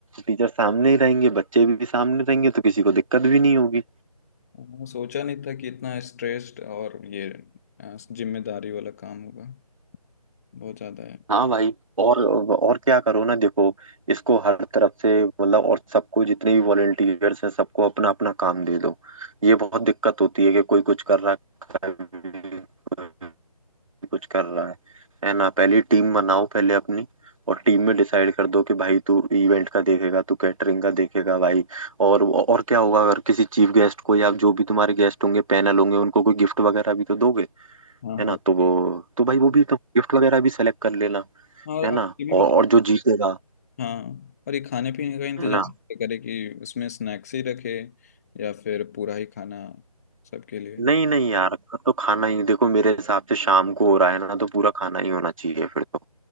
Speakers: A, on the right; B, on the left.
A: टीचर सामने ही रहेंगे बच्चे भी सामने रहेंगे तो किसी को दिक्कत भी नहीं होगी
B: हाँ, सोचा नहीं था कि इतना स्ट्रेस्ड और ये अ, जिम्मेदारी वाला काम होगा बहुत ज्यादा है
A: हाँ भाई और और क्या करो ना देखो इसको हर तरफ से मतलब और सबको जितने भी वॉलेंटियर्स हैं सबको अपना अपना काम दे दो ये बहुत दिक्कत होती है कि कोई कुछ कर रहा है कोई कुछ कर रहा है है ना पहले टीम बनाओ पहले अपनी और टीम में डिसाइड कर दो कि भाई तू इवेंट का देखेगा तू कैटरिंग का देखेगा भाई और और क्या होगा अगर किसी चीफ गेस्ट को या जो भी तुम्हारे गेस्ट होंगे पैनल होंगे उनको कोई गिफ्ट वगैरह भी तो दोगे
B: हाँ
A: है ना
B: हाँ
A: तो वो
B: ये-
A: तो भाई वो भी तो गिफ्ट वगैरह भी सेलेक्ट कर लेना
B: हाँ, और
A: है
B: आप
A: ना
B: ये
A: और
B: भी बता
A: और जो जीतेगा
B: हाँ और ये खाने पीने का इंतजाम
A: है ना
B: कैसे करें कि उसमें स्नैक्स ही रखे या फिर पूरा ही खाना सबके लिए
A: नहीं नहीं यार तो खाना ही देखो मेरे हिसाब से शाम को हो रहा है ना तो पूरा खाना ही होना चाहिए फिर तो